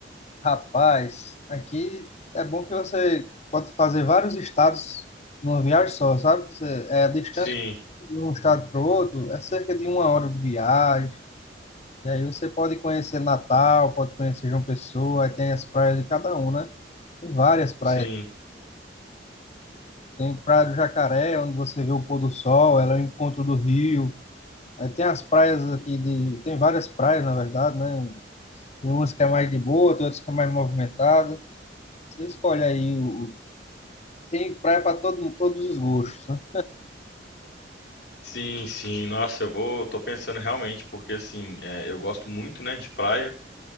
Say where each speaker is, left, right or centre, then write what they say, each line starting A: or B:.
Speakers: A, on the left (about 35°); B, on the left (about 65°).
A: Rapaz, aqui é bom que você pode fazer vários estados numa viagem só, sabe? Você, é a distância
B: Sim,
A: de um estado para o outro, é cerca de uma hora de viagem. E aí você pode conhecer Natal, pode conhecer João Pessoa, aí tem as praias de cada um, né? Tem várias praias.
B: sim,
A: Tem Praia do Jacaré, onde você vê o pôr do sol, ela é o encontro do rio. Aí tem as praias aqui de, tem várias praias, na verdade, né? Tem umas que é mais de boa, tem outras que é mais movimentada. Você escolhe aí o tem praia para todo mundo, todos os gostos, né?
B: sim, sim. Nossa, eu vou, tô pensando realmente, porque assim, é, eu gosto muito, né, de praia,